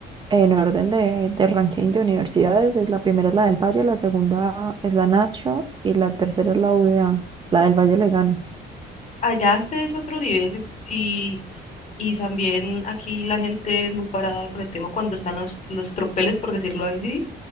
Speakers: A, on the right; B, on the left.
A: en orden de, de ranking de universidades. Es la primera es la del Valle, la segunda es la Nacho y la tercera es la UDA. La del Valle le gana.
B: allá se es otro nivel y Y también aquí la gente es muy parada con el tema cuando están los, los tropeles, por decirlo así.